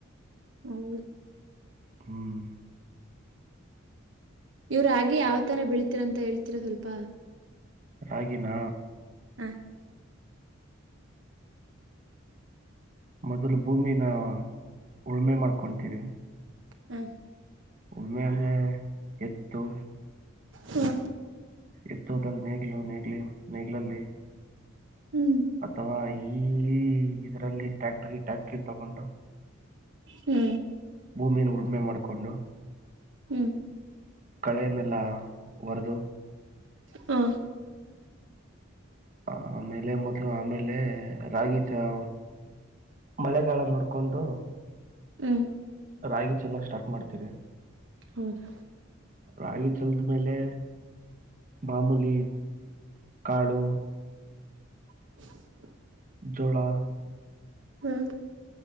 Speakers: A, on the right; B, on the right.
A: ಹೌದು
B: ಹ್ಮ್
A: ಏ ರಾಗಿ ಯಾವ್ ತರ ಬೆಳಿ ಇ ದಂತ ಹೇಳ್ತೀರಾ ಸ್ವಲ್ಪ
B: ರಾಗಿನ
A: ಹ
B: ಮೊದಲು ಭೂಮಿನ ಉಳುಮೆ ಮಾಡ್ಕೊಳ್ತೀರಿ
A: ಹ್ಮ
B: ಹೊಲನ ಎತ್ತು
A: ಹ್ಮ್
B: ಎತ್ತೋಲ್ಲಿ ನೆಗ್ಲು ನೇಗ್ಲಿ ನೆಗ್ಲಲ್ಲಿ <unintelligible>
A: ಹ್ಮ್
B: ಅಥವಾ ಈ ಇದ್ರಲ್ಲಿ ಟ್ಯಾಕ್ಟ್ರ ಟ್ಯಾಕ್ಟ್ರ ತಗೊಂಡು
A: ಹ್ಮ್
B: ಭೂಮಿಯಿನ ಉಳಮೆ ಮಾಡಿಕೊಂಡು
A: ಹ್ಮ್
B: ಕಳೆನ್ನೆಲ್ಲ ಹೊರೆದು
A: ಹಾ
B: ಆಮೇಲೆ ಮದ ಆಮೇಲೆ ಳೆ ರಾಗಿ ತಾವ್ ಮಳೆಗಾಲ ನೋಡ್ಕೊಂಡು
A: ಹ್ಮ್
B: ರಾಗಿ ಚೆಲ್ಲಕ್ ಸ್ಟಾಟ್ ಮಾಡ್. ಇರ
A: ಹೌದು
B: ರಾಗಿ ಚೆಲ್ದ್ ಮೇಲೆ. ಮಮೂಲಿ ಕಾಳು
A: <inaudible>
B: ಜೋಳಾ
A: ಹ್ಮ್